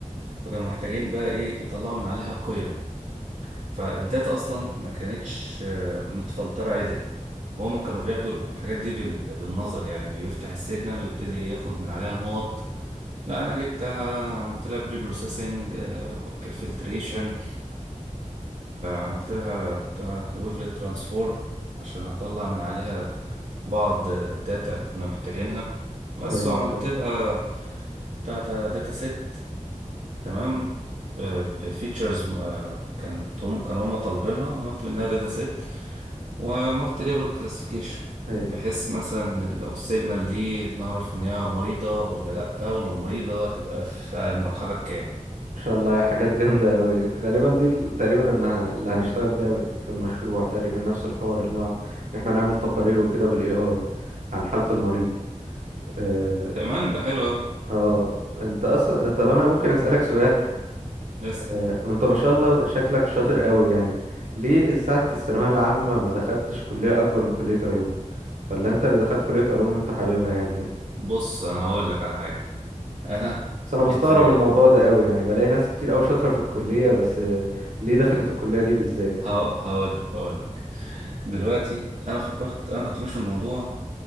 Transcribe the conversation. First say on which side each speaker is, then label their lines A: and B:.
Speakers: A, on the right; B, on the right.
A: فكانوا محتاجين بقى إيه يطلعوا من عليها قيم فالداتا أصلا ما كانتش آه، متفلترة عدل وهما كانوا بياخدوا الحاجات دي بال- بالنظر يعني بيفتح السيجنال ويبتدي ياخد من عليها نقط لا أنا جبتها عملت لها بري بروسيسنج فلتريشن عملت لها بتاع ويفلت ترانسفورم عشان أطلع من عليها بعض داتا كنا محتاجينها بس
B: ايوه
A: وعملت
B: فاهم.
A: لها بتاع ده داتا سيت تمام بفيتشرز كان هم كانوا هم طالبينها عملت منها داتا سيت وعملت ليبل كلاسيفيكيشن
B: ايوه
A: بحيث مثلا لو السيجنال دي نعرف ان هي مريضة ولا لأ ولو مريضة تبقى في المرحلة الكام
B: ما شاء الله يا حاجات جامدة أوي غالبا دي ال- تقريبا إنها اللي هنشتغل بيها بال- في المشروع تقريبا نفس الحوار اللي هو إن إحنا نعمل تقارير وكده بالاي AI عن حالة المريض آه,
A: كمان ده حلو أوي
B: آه أنت أصلا طب أنا ممكن أسألك سؤال
A: بس
B: آه أنت ما شاء الله شكلك شاطر أوي يعني ليه ساعة الثانوية العامة ما دخلتش كلية أكبر من كلية علوم ولا أنت اللي دخلت كلية علوم وأنت حاببها يعني
A: بص انا هقول لك على حاجة انا
B: بس أنا
A: جيت
B: بستغرب
A: في
B: الموضوع ده أوي يعني بلاقي ناس كتير أوي شاطرة في الكلية بس آه، ليه دخلت الكلية دي بالذات
A: هق- هقول لك هقول لك دلوقتي انا فكرت انا كنت ماشي في الموضوع